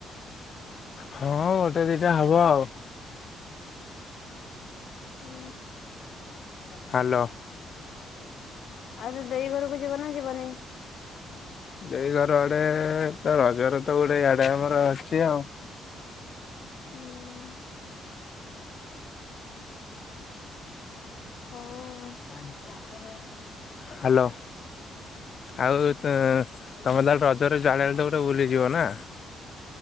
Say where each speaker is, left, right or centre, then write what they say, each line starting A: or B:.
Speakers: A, on the left; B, on the left.
A: ହଁ ଗୋଟେ ଦିଟା ହବ ଆଉ
B: ହୁଁ।
A: ହ୍ୟାଲୋ।
B: ଆଉ ତ ଦେଇ ଘରକୁ ଯିବ ନା ଯିବନି।
A: ଦେଇ ଘର ଆଡେ ତ ରଜର ତ ଗୋଟେ ଇଆଡେ ଆମର ଅଛି ଆଉ।
B: ହୁଁ। ହଉ ଆଉ
A: <inaudible> ହ୍ୟାଲୋ ଆଉ ଉ ତ ତମେ ତାହେଲ ରଜରେ ଯୁଆଡେ ହେଲେ ଗୋଟେ ବୁଲିଯିବ ନା।